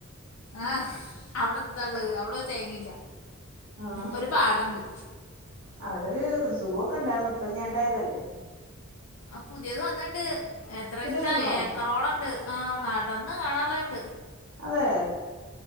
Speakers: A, on the left; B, on the right.
A: ആ അവിടെ എന്താള്ളത് അവിടൊരു തേങ്ങേല്ല
B: ആഹ്
A: ഒരു പാടണ്ട്
B: അവിടെ ഒരു സൂ ഒക്കെ ഇണ്ടായിരുന്നു ഇപ്പല്ലാണ്ടായതല്ലേ
A: ആ പുതിയത് വന്ന്ണ്ട് എത്ര വച്ചിട്ടാ
B: പുതിയ വന്ന്ക്കണോ
A: ഏക്കറോളം ഇണ്ട് ആഹ് നടന്ന് കാണാള്ളണ്ട്
B: അതെ